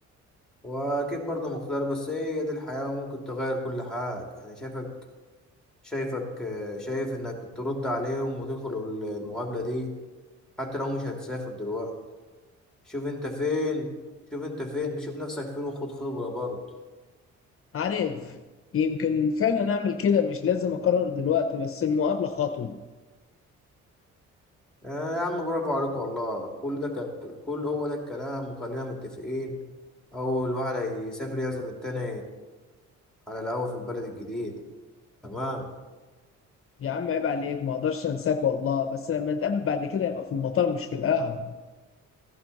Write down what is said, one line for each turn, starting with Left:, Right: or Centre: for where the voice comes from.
Centre: وأكيد برضو مختار بس هي دي الحياة وممكن تغير كل حاجة أنا شايفك شايفك آه، شايف إنك ترد عليهم وتدخل المقابلة دي حتى لو مش هتسافر دلوقتي شوف أنت فين شوف أنت فين شوف نفسك فين وخد خبرة برضو
Left: عارف يمكن فعلا أعمل كده مش لازم أقرر دلوقتي بس المقابلة خطوة
Centre: آه يا عم برافو عليك والله كل ده كل كل هو ده الكلام وخلينا متفقين اول واحد هيسافر يعزم التاني على القهوة في البلد الجديد تمام
Left: يا عم عيب عليك ما أقدرش أنساك والله بس لما نتقابل بعد كده يبقى في المطار مش في القهوة